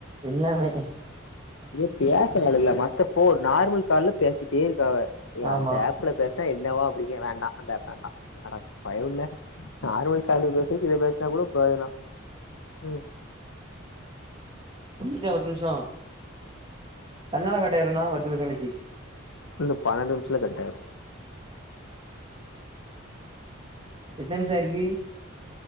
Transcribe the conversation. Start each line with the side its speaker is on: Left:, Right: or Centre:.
Right: எல்லாமே
Left: ஏ பேசரது இல்ல மத்தப்போ நார்மல் கால்ல பேசிட்டே இருக்காவ
Right: ஆமா
Left: அந்த ஆப் ஆப்ல பேசுனா என்னவோ அப்படிங்க வேண்டா அந்த <unintelligible> பயபுல்ல நார்மல் கால்ல பேசுறதுக்கு இதுல பேசுனா கூட பிரயோஜன ம்
Right: முடிஞ்சுட்டா பத்து நிமிஷோ தன்னால கட் ஆயிரு என்ன பத்து நிமிஷ கழிச்சு
Left: இன்னு பன்னெண்டு நிமிஷத்துல கட்டாயிரு
Right: எத்த நிமிஷாயிருக்கு